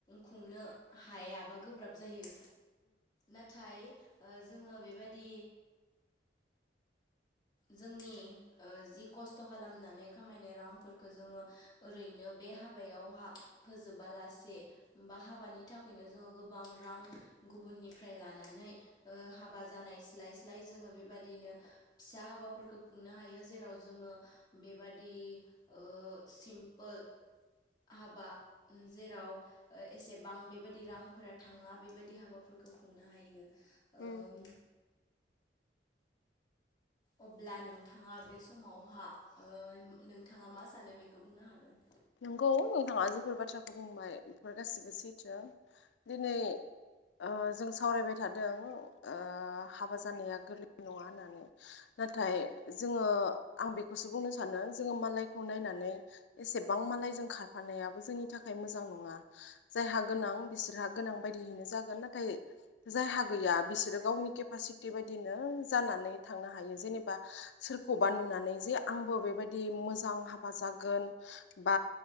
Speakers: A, on the left; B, on the left.
A: खुंनो हायाबा गोब्राब जायो नाथाय। ओ जोङो बेबादि। जोंनि ओ जि खस्थ'। खस्थ' खालामनानै खामायनाय रांफोरखौ जोङो ओरैनो बे हाबायावहा फोजोबालासे। से बा हाबानि थाखायनो जोङो गोबां रां गुबुननिफ्राय लानानै ओ। हाबा जानाय स्लाय स्लाय जोङो बेबायदिनो। फिसा हाबाफोरफोरखौ खुंनो हायो जेराव जोङो बेबादि ओ सिमपोल। <inaudible> हाबा जेराव ओ एसेबां बेबायदि रांफोरा थाङा बेबायदि हाबाफोरा। फोरखौ खुंनो हायो।
B: उम।
A: ओम अब्ला नोंथाङा बे समावहा ओ नोंथाङा मा सानो बेखौ बुंनो हागोन।
B: नंगौ नोंथाङा जिफोर बाथ्राखौ बुंबाय बेफोर गासिबो सैथो दिनै। ओ जों सावरायबाय थादों ओ हाबा जानाया गोरलै नङा होननानै। नाथाय जोङो आं बेखौसो बुंनो सानो जोंङो मालायखौ नायनानै एसे। गोबां मालायजों खारफानायाबो जोंनि थाखाय मोजां नङा जायहा गोनां बिसोरहा गोनां बायदियैनो। जागोन नाथाय जायहा गैया बिसोरो गावनि केपासिटि बायदिनो जानानै थांनो हायो। जेनेबा सोरखौबा नुनानै जे आंबो बेबायदि मोजां हाबा जागोन। बा